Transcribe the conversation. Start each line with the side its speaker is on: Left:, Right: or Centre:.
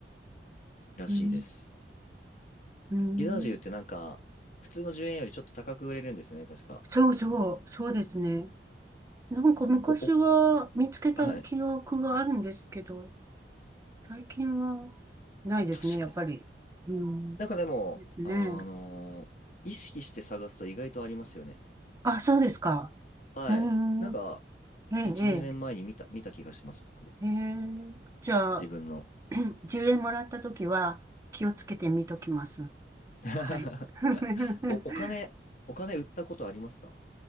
Left: らしいです。
Right: うん、うん。
Left: ギザ銃ってなんか、普通の10円よりちょっと高く売れるんですよね、確か。
Right: そうそう、そうですね。なんか昔は見つけた記憶があるんですけど、
Left: お、お、はい。
Right: 最近はないですね、
Left: 確かに。
Right: やっぱり。うん。
Left: なんかでも、
Right: ですね。
Left: あのー意識して探すと意外とありますよね。
Right: あ、そうですか。
Left: はい。
Right: うん。
Left: なんか、
Right: ええ、
Left: 1、2年前に見た、見た気がします、僕。
Right: ええ。ええじゃあ、
Left: 自分の。
Right: <clears throat> 10円もらったときは気をつけて見ときます。
Left: <laughs>
Right: はい。<laughs>
Left: お、お金、お金売ったことありますか